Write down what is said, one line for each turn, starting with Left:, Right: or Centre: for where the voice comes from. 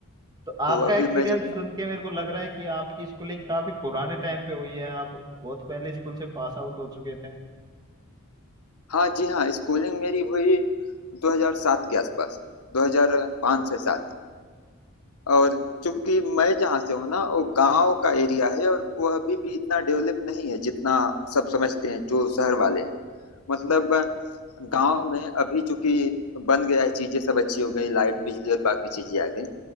Right: तो आपका
Left: तो अभी
Right: एक्सपीरियंस
Left: मैं जब
Right: सुन के मेरे को लग रहा है कि आपकी स्कूलिंग काफी पुराने टाइम पे हुई है आप बहुत पहले स्कूल से पास आउट हो चुके थे
Left: हाँ जी हाँ स्कूलिंग मेरी हुई 2007 के आसपास 2005 से सात और चूंकि मैं जहाँ से हूँ ना वो गांव का एरिया है और वह अभी भी इतना डेवलप नहीं है जितना सब समझते हैं जो शहर वाले हैं मतलब गांव में अभी चूंकि बन गया है चीजें सब अच्छी हो गई लाइट बिजली और बाकी चीजें आ गई